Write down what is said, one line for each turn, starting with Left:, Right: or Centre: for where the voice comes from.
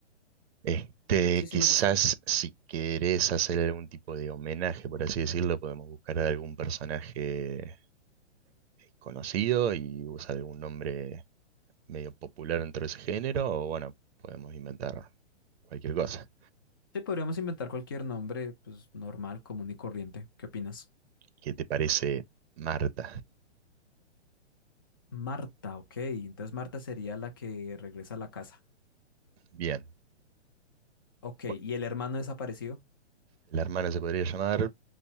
Right: Este,
Left: Sí, sí,
Right: quizás
Left: me gusta.
Right: si querés hacer algún tipo de homenaje, por así decirlo, podemos buscar a algún personaje eh, conocido y usar algún nombre medio popular dentro de ese género, o bueno, podemos inventar cualquier cosa.
Left: Sí, podríamos inventar cualquier nombre, pues normal, común y corriente. ¿Qué opinas?
Right: ¿Qué te parece Marta?
Left: Marta, ok. Entonces Marta sería la que regresa a la casa.
Right: Bien.
Left: Ok, ¿y
Right: Bueno,
Left: el hermano desaparecido?
Right: la hermana se podría llamar